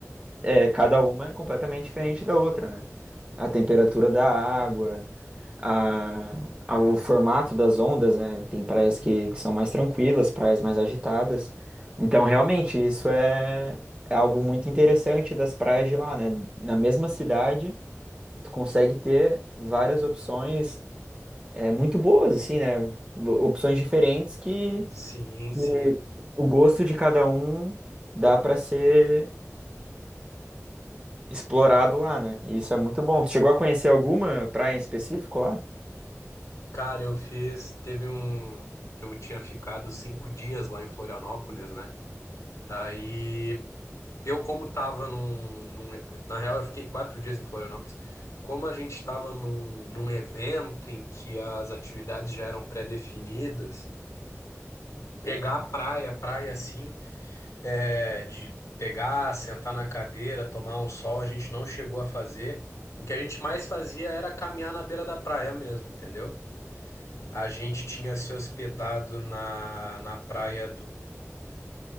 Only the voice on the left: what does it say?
Sim, sim.
Cara, eu fiz, teve um que eu tinha ficado cinco dias lá em Florianópolis, né? Aí eu, como tava num, num- Na real, eu fiquei quatro dias em Florianópolis. Como a gente estava num, num evento em que as atividades já eram pré-definidas, pegar a praia, praia assim, é, de pegar, sentar na cadeira, tomar um sol, a gente não chegou a fazer. O que a gente mais fazia era caminhar na beira da praia mesmo, entendeu? A gente tinha se hospedado na, na praia